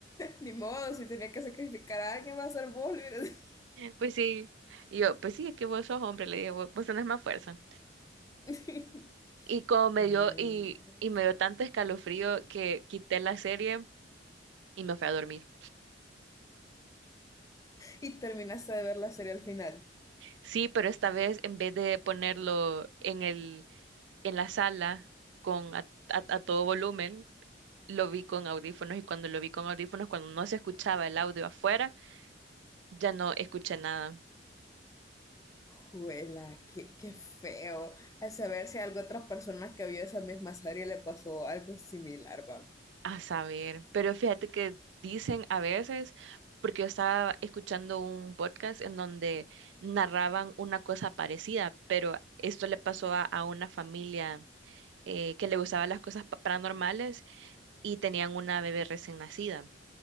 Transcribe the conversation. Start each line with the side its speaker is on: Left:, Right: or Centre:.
Left: Ni modo, si tenía que sacrificar a alguien, va a ser vos. le hubiera dicho.
Right: Pues sí, y yo, pues sí, es que vos sos hombre, le dije, vos, vos tenés más fuerza.
Left: <laughs>
Right: Y como me
Left: Ay,
Right: dio, y,
Left: no.
Right: y me dio tanto escalofrío que quité la serie y me fui a dormir.
Left: Y terminaste de ver la serie al final.
Right: Sí, pero esta vez en vez de ponerlo en el en la sala con a, a- a todo volumen, lo vi con audífonos y cuando lo vi con audífonos, cuando no se escuchaba el audio afuera, ya no escuché nada.
Left: Juela, qué, qué feo. A saber si a alguna otra persona que vio esa misma serie le pasó algo similar, va.
Right: A saber, pero fíjate que dicen a veces, porque yo estaba escuchando un podcast en donde narraban una cosa parecida, pero esto le pasó a, a una familia eh, que le gustaban las cosas pa- paranormales y tenían una bebé recién nacida.